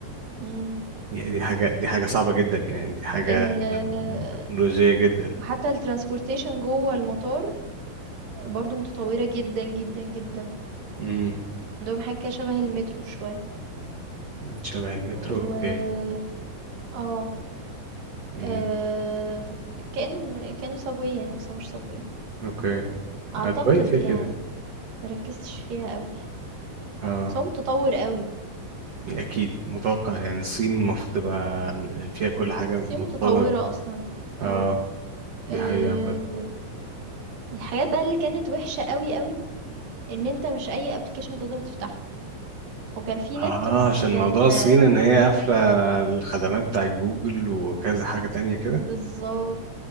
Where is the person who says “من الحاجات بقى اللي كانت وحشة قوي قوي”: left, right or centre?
Right